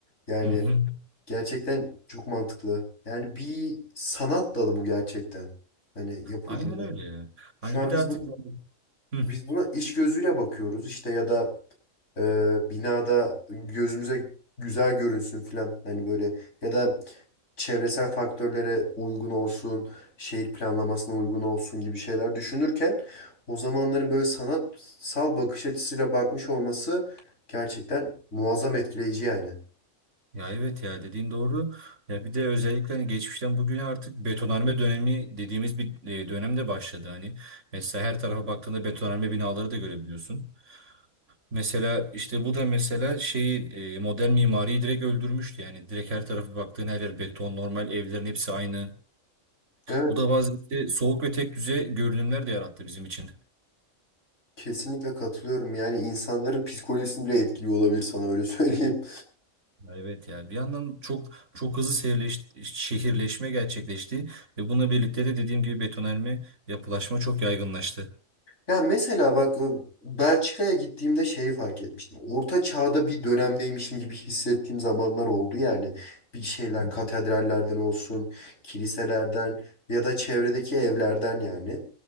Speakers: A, on the left (about 65°); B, on the right (about 65°).
A: Yani
B: Hı hı.
A: gerçekten çok mantıklı. Yani bir sanat dalı bu gerçekten. Hani yapıldığında.
B: Aynen öyle. yani
A: Şu
B: Hani
A: an
B: bir
A: biz
B: de artık
A: bunu
B: Hı.
A: biz buna iş gözüyle bakıyoruz işte ya da e, binada gözümüze güzel görünsün filan. Hani böyle ya da çevresel faktörlere uygun olsun, şehir planlamasına uygun olsun gibi şeyler düşünürken o zamanların böyle sanatsal bakış açısıyla bakmış olması gerçekten muazzam etkileyici yani.
B: Ya evet ya dediğin doğru. Ya bir de özellikle hani geçmişten bugüne artık betonarme dönemi dediğimiz bir e, dönem de başladı hani. Mesela her tarafa baktığında betonarme binaları da görebiliyorsun. Mesela işte bu da mesela şeyi e, modern mimariyi direkt öldürmüştü yani. Direkt her tarafa baktığın her yer beton, normal evlerin hepsi aynı.
A: Evet,
B: Bu da bazen işte soğuk ve tek düze görünümler de yarattı bizim için.
A: kesinlikle katılıyorum. Yani insanların psikolojisini bile etkiliyor olabilir sana öyle <laughs> söyleyeyim.
B: Evet yani bir yandan çok çok hızlı şehirleş, şehirleşme gerçekleşti ve bununla birlikte de dediğim gibi betonarme yapılaşma çok yaygınlaştı.
A: Ya mesela bak e, Belçika'ya gittiğimde şeyi fark etmiştim. Orta çağda bir dönemdeymişim gibi hissettiğim zamanlar oldu yani. Bir şeyler
B: Hı hı.
A: katedrallerden olsun, kiliselerden ya da çevredeki evlerden yani.